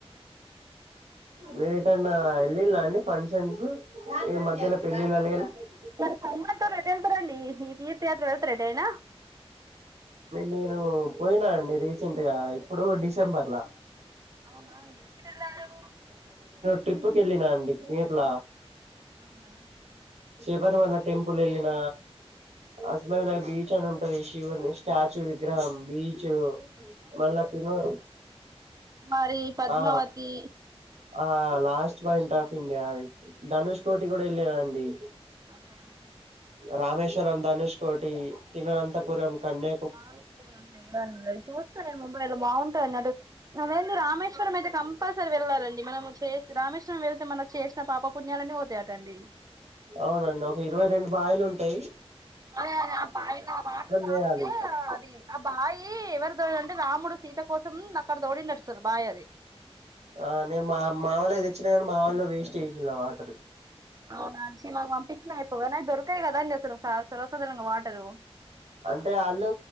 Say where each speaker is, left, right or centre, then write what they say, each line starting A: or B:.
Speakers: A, on the right (about 85°); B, on the right (about 35°).
A: మీరు రెటైన వెళ్ళిళ్ళ అండి ఫంక్షన్స్ ఈ <unintelligible>
B: అ అట్ట వెతారండి ఈ తీర్థయాత్ర వెళ్తారా ఎటు అయిన
A: నేను పోయినా అండి రీసెంట్ గా ఇప్పుడు డిసెంబర్లా
B: అవునా <unintelligible>
A: ట్రిప్కి వెళ్ళినా అండి కేరళ
B: అవున అండి
A: చిబరిమళ్ళ టెంపుల్ వెళ్ళిన అజమయి బీచ్ అని ఉంటది శివ స్టాచ్యూ గ్గరా బీచ్ మల్ల తిను
B: మరి పద్మావతి
A: ఆ ఆ లాస్ట్ పాయింట్ ఆఫ్ ఇండియా అది ధనుష్ కోటి గూడ ఏళ్లిన అండి
B: అదే అదే
A: రామేశ్వరం, ధనుష్కోటి, తిర్నంతపురం కన్య
B: బావుంటయిన్నయిన్నది చూస్త గద ముంబై లో బావుంటయి అన్నట్ డి మేమేంది రామేశ్వరం అయితే కంపల్సరీ వెళ్ళాలండి మనము చేసి రామేశ్వరం వేళ్తే మన చేసిన పాప ప పుణ్యాలన్నీ పోతయట అండి
A: అవునండి ఒక ఇరవై రెండు బాయిలుంటయ్
B: అదే అదే ఆ బాయిల వాటర్ తాగుతే
A: చేయాలి
B: అది ఆ బాయీ ఎవరు దోడిల్లంటే రాముడు సీత కోసం అక్కడ దోదిండటసలు బాయి అది
A: ఆ నేను మా మా వోళ్ళకు తెచ్చినా గనీ మా వోళ్ళు వేస్ట్ చేసిళ్ళు ఆ వాటర్
B: అవునా చ్చి మాకు పంపించిన అయిపోవు, కని అవి దొరకయి గదా అండి అసలు స సర్వసధరణంగా వాటరు
A: అంటే ఆల్లూ